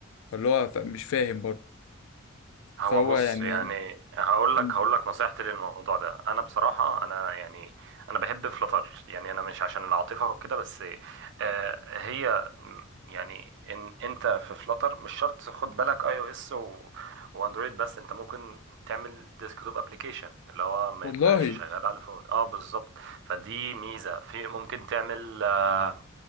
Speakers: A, on the left (about 65°); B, on the right (about 60°).
A: فاللي هو مش فاهم برضه
B: هو
A: فهو
B: بص
A: يعني
B: يعني هقول
A: مم.
B: لك هقول لك نصيحتي للموضوع ده انا بصراحه انا يعني انا بحب فلتر يعني انا مش عشان العاطفه وكده بس آه هي م- يعني ان انت في فلتر مش شرط خد بالك اي او اس و- واندرويد بس انت ممكن تعمل ديسكتوب ابلكيشن اللي هو ما
A: والله
B: يبقاش شغال على الفون اه بالظبط فدي ميزه في ممكن تعمل آه